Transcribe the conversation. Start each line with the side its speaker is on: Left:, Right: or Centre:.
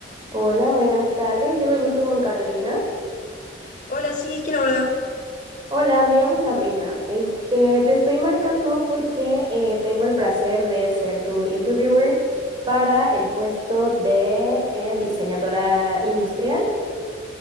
Right: Hola, buenas tardes. Tengo el gusto con Carolina.
Left: Hola, sí, ¿quién habla?
Right: Hola, me llamo Sabrina. Este, te estoy marcando porque eh, tengo el placer de ser tu interviewer para el puesto de eh, diseñadora industrial.